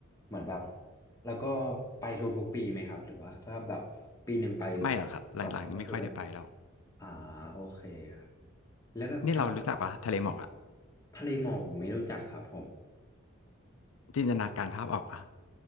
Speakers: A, on the left; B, on the left.
A: เหมือนแบบแล้วก็ไปทุกๆปีไหมครับหรือว่าก็แบบปีหนึ่งไป
B: ไม่หรอกครับ
A: สองครั้งก็คือเป็น
B: หลังๆนี่ไม่ค่อยได้ไปแล้ว
A: อ่าโอเคครับแล้วแบบทะ
B: นี่เรารู้จักปะทะเลหมอกอะ
A: ทะเลหมอกผมไม่รู้จักครับผม
B: จินตนาการภาพออกปะ